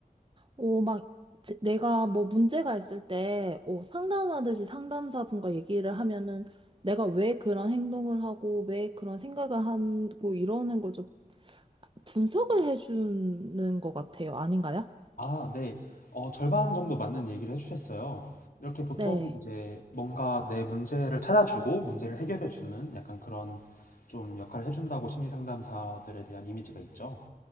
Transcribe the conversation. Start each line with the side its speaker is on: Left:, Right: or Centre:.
Right: 오, 막, 제- 내가 뭐 문제가 있을 때, 오, 상담하듯이 상담사분과 얘기를 하면은 내가 왜 그런 행동을 하고, 왜 그런 생각을 하고, 이러는 거죠. 분석을 해주는 것 같아요. 아닌가요?
Left: 아, 네. 어, 절반 정도 맞는 얘기를 해주셨어요. 이렇게 보통
Right: 네.
Left: 이제 뭔가 내 문제를 찾아주고 문제를 해결해주는 약간 그런 좀 역할을 해준다고 심리 상담사들에 대한 이미지가 있죠.